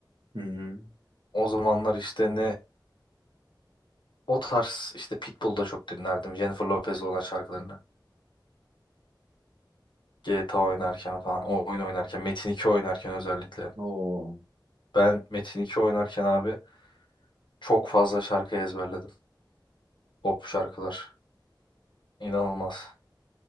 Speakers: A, on the right (about 85°); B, on the left (about 75°).
A: Hı hı.
B: O zamanlar işte ne O tarz işte Pitbull'u da çok dinlerdim. Jennifer Lopez olan şarkılarını. G. GTA oynarken falan, o oyun oynarken, Metin 2 oynarken özellikle.
A: Oo.
B: Ben Metin 2 oynarken abi çok fazla şarkı ezberledim. Pop şarkılar. İnanılmaz.